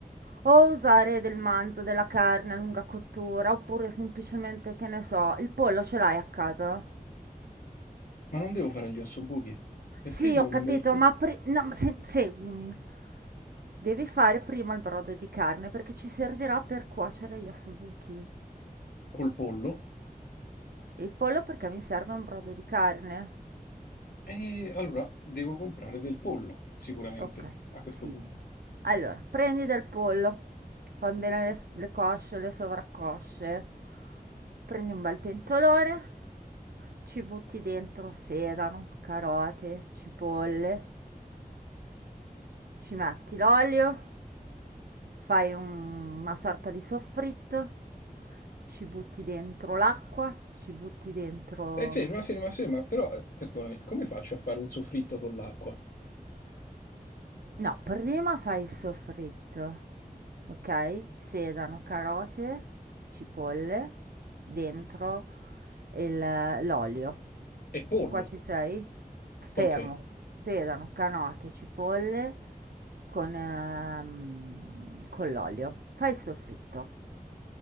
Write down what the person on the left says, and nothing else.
ma non devo fare gli ossobuchi, perché
devo
prendere il col,
col pollo
e allora devo comprare del pollo, sicuramente,
a questo
punto.
E ferma, ferma, ferma, però, eh, perdonami, come faccio a fare un soffritto con l'acqua?
E pollo?
Ok,